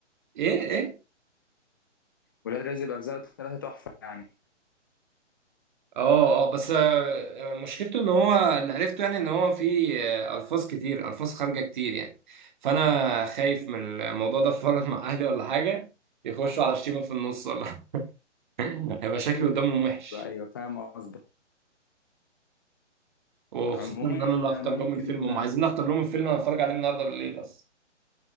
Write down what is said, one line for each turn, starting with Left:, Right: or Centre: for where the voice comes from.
Right: ايه إيه؟
Left: ولاد رزق اجزاء الثلاثه تحفه يعني
Right: اه اه بس آه، آه، مشكلته ان هو اللي عرفته يعني ان هو في آه، الفاظ كتير الفاظ خارجه كتير يعني فانا خايف من الموضوع ده اتفرج <laughs> مع اهلي ولا حاجه يخشوا على شتيمه في النص ولا <laughs> هيبقى شكلي قدامهم وحش
Left: ايوه فاهم قصدك
Right: وخصوصا
Left: عموما
Right: ان انا اللي هختار
Left: انا ممكن
Right: لهم الفيلم هم عايزين اختار لهم الفيلم انا اتفرج عليه النهارده بالليل اصلا